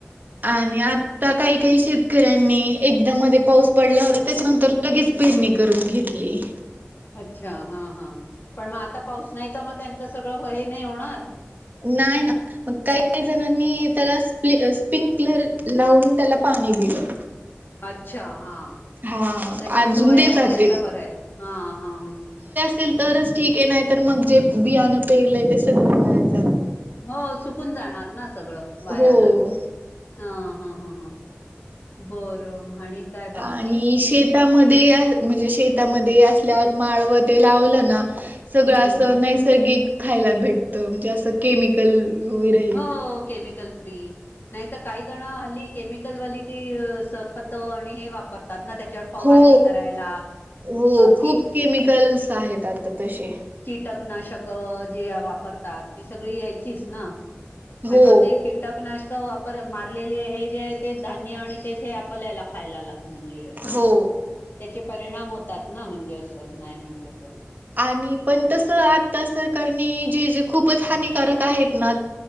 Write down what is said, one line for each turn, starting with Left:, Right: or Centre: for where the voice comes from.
Right: आणि आता काही काही शेतकऱ्यांनी एक दा मध्ये पाऊस पडला होता त्याच्यानंतर लगेच पेरणी करून घेतली.
Left: अच्छा हां हां पण म आता पाऊस नाही त म त्यांच सगळं व्हहे नाही होणार?
Right: नाही ना मग काही काही जणांनी त्याला स्ली स्लिप्कलर लावून त्याला पाणी दिलं.
Left: अच्छा हा
Right: हा
Left: तशी
Right: अजून
Left: सोय
Right: देतात
Left: असेल
Right: ते
Left: तर बरं आहे. हा हा हा.
Right: असल तरच ठीक आहे नाही तर मग जे बियाणं पेरलंय ते सगळं बाहेर
Left: हो सु -कून जाणार ना सगळं वाया
Right: हो
Left: जात. हं हा हां हां बरं आणि. काय बाकी
Right: आणि शेत त्यामध्ये म्हणजे शेतामध्ये असल्यावर माळवं ते लावलं ना सगळं
Left: हम्म
Right: असं नैसर्गिक खायला भेटतं म्हणजे असं केमिकल विरहित
Left: हो केमिकल फ्री. नाहीतर काही जण हल्ली केमिकलवाली ती खत आणि हे वाप- -रतात त्याच्यावर फवारणी
Right: हो
Left: करायला.
Right: हो खूप
Left: की
Right: केमिकल्स आहेत आता. तसे
Left: कीटकनाशक जे वापर -तात सगळी ह्याचीच ना
Right: हो
Left: आणि मग ते कीटकनाशक वापर मारलेली हे जे आहे ते धान्य आणि तेच हे आपल्याला खायला म्हणजे अस त्याचे
Right: हो
Left: परिणाम होतात ना म्हणजे असं नाही म्हटलं तरी.
Right: आणि पण तस आता सरकारने जे जे खूपच हानिकारक आहेत ना